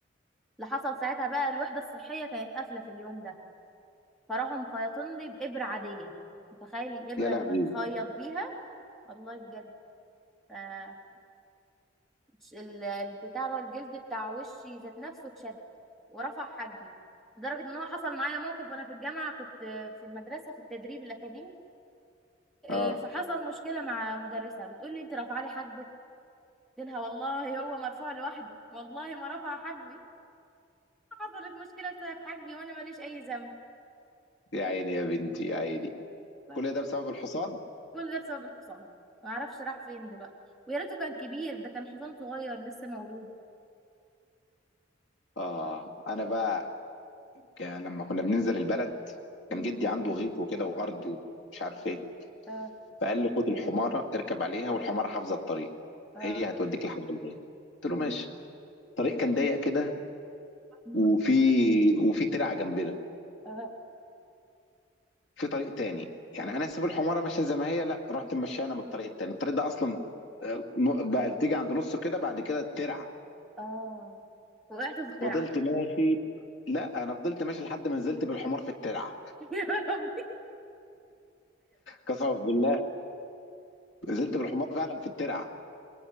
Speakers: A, in the centre; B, on the left.
A: اللي حصل ساعتها بقى الوحده الصحيه كانت قافله في اليوم ده فراحوا مخيطين لي بابره عاديه متخيل الابره
B: يا لهوي
A: اللي بنخيط بيها والله بجد آه ش- ال- البتاع ده الجلد بتاع وشي ذات نفسه اتشد ورفع حاجبي لدرجه ان هو حصل معايا موقف وانا في الجامعه كنت في المدرسه في التدريب الاكاديمي آه،
B: اه
A: فحصل مشكله مع مدرسه بتقول لي انت رافعه لي حاجبك قلت لها والله هو مرفوع لوحده والله ما رفع حاجبي حصلت مشكله بسبب حاجبي وانا ماليش اي ذنب
B: يا عيني يا بنتي يا عيني
A: فبجد
B: كل ده بسبب الحصان
A: كل ده بسبب الحصان ما اعرفش راح فين دلوقتي ويا ريته كان كبير ده كان حصان صغير لسه مولود
B: اه انا بقى ك- لما كنا بننزل البلد
A: مم.
B: كان جدي عنده غيط وكده وارض ومش عارف ايه
A: آه
B: فقال لي خد الحماره اركب عليها والحماره حافظه الطريق
A: آه
B: هي هتوديك لحد الغيط قلت له ماشي
A: مم.
B: الطريق كان ضيق كده
A: مم.
B: وفي وفي ترعه جنبنا
A: آه
B: في طريق تاني يعني انا اسيب الحماره ماشيه زي ما هي لا رحت ماشيه انا من الطريق التاني الطريق ده اصلا آه، نو- بقى تيجي عند نصه كده بعد كده الترعه
A: آه وقعت في الترعه
B: فضلت ماشي لا انا فضلت ماشي لحد ما نزلت بالحمار في الترعه
A: <laughs> يا ربي
B: قسما بالله نزلت بالحمار فعلا في الترعه